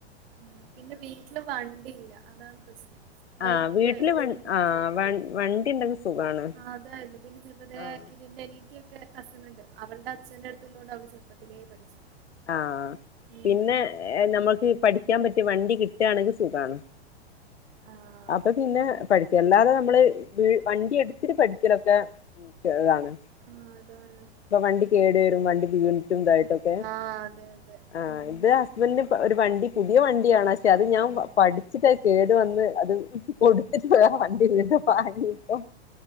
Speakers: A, on the right; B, on the left.
A: ഉം പിന്നെ വീട്ടില് വണ്ടി ഇല്ല അതാണ് പ്രശ്നം. ബൈക്കെള്ളൂ
B: ആഹ് വീട്ടില് വ
A: സ്കൂട്ടർല്ല
B: ആഹ് വ വണ്ടി ഉണ്ടെങ്കിൽ സുഖാണ്
A: ആഹ് അതെയുള്ള്. പിന്നെ ചെറുതെക്കി
B: ആഹ്
A: പിന്നെനീത്തിക്കെ കസിനിണ്ട് അവളുടെ അച്ഛന്റെ അടുത്ത്ന്നൊണ്ട് അവള് ചെറുപ്പത്തിലേ പഠിച്ചു.
B: ആഹ്
A: ഉം
B: പിന്നെ നമ്മക്ക് ഈ പഠിക്കാൻ പറ്റിയ വണ്ടി കിട്ട് ആണെങ്കി സുഖാണ്.
A: ആഹ്.
B: അപ്പൊ പിന്നെ പഠിക്കണ്ടാത നമ്മള് വണ്ടി എടുത്തിട്ട് പഠിക്കലൊക്കെ. ഉം ചെറുതാണ്.
A: ആഹ് അതാണ്.
B: അപ്പൊ വണ്ടി കേടു വരും വണ്ടി വീണിറ്റും ഇതായിട്ടൊക്കെ.
A: ആഹ് അതെ, അതെ.
B: ആഹ്
A: ഉം
B: ഇത് ഹസ്ബന്റിന് ഒരു വണ്ടി പുതിയ വണ്ടിയാണ് പക്ഷെ അത് ഞാൻ പ ഠിച്ചിട്ടത് കേടു വന്ന് അത് കൊടുത്തിട്ട് പോ വേറെ വണ്ടി വീണ്ടും വാങ്ങിയപ്പോ.